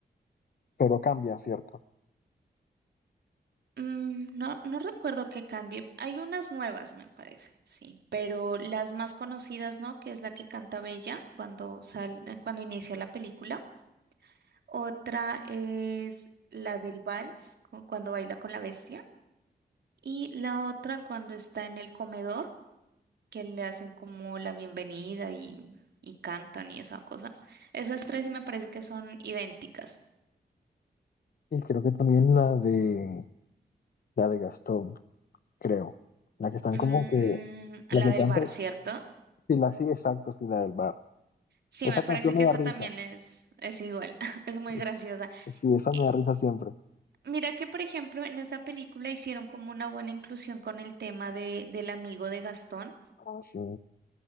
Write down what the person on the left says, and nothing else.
pero cambia, ¿cierto?
Y creo que también la de, la de Gastón, creo. La que están
como que,
la que
canta
Sí, la, sí, exacto, sí, la del Bar.
Esa
canción
me da
risa.
Es-
Sí, esa
me da risa siempre.
Ah, Sí.